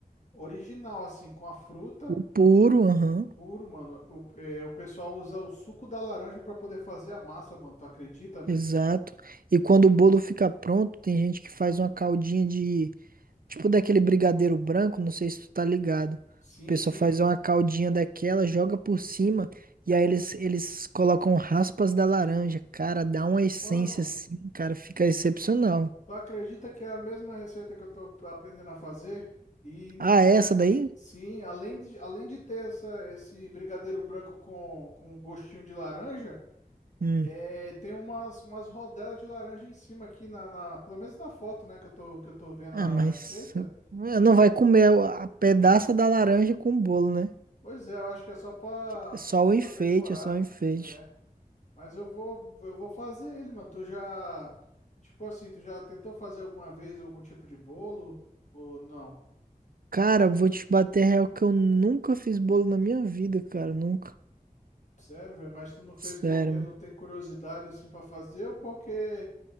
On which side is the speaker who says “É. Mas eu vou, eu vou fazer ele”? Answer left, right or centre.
Left